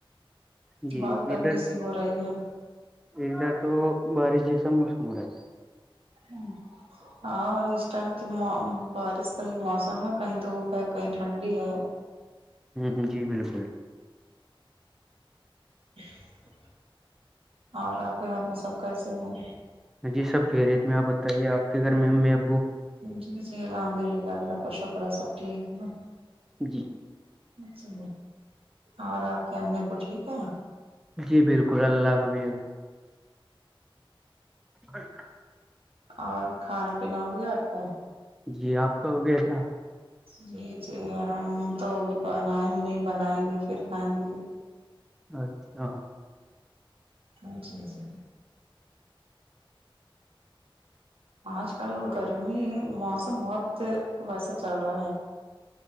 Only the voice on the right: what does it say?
بہت گرمی
سی ہو رہی ہے
ہوں ہاں اس ٹائم تو بارش کا ہی موسم ہے کہیں دھوپ ہے کہیں ٹھنڈی ہے-
<unintelligible> اور آپ کے گھر میں سب کیسے ہیں-
جی جی الحمد للہ اللہ کا ش کررو سب ٹھیک نا
جی اور آپ کی امی بھی ٹھیک ہے
اور کھانا پینا ہو گیا آپ کو
جی جی ہم تو بھی بنائیں ہی نہیں بنائیں گے پھر پائیں گے
ہاں جی جی آج کل گرمی موسم بہت ویسے چل رہا ہے